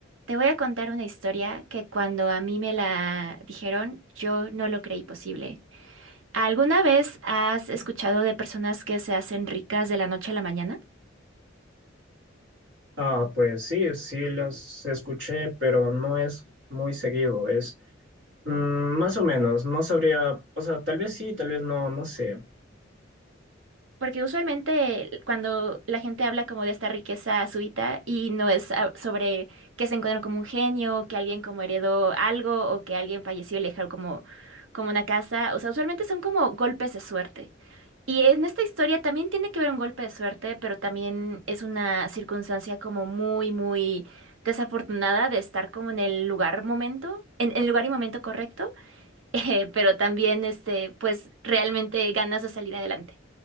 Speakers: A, on the right; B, on the right.
A: Te voy a contar una historia que cuando a mí me la dijeron, yo no lo creí posible. ¿Alguna vez has escuchado de personas que se hacen ricas de la noche a la mañana?
B: Ah, pues sí, sí las escuché, pero no es muy seguido, es mm, más o menos, no sabría, o sea, tal vez sí, tal vez no, no sé,
A: Porque usualmente cuando la gente habla como de esta riqueza súbita y no es ah, sobre que se encuentran como un genio, que alguien como heredó algo o que alguien falleció y le dejó como, como una casa, o sea, usualmente son como golpes de suerte. Y en esta historia también tiene que ver un golpe de suerte, pero también es una circunstancia como muy, muy desafortunada de estar como en el lugar momento, en el lugar y momento correcto, <laughs> eh, pero también este, pues realmente ganas de salir adelante.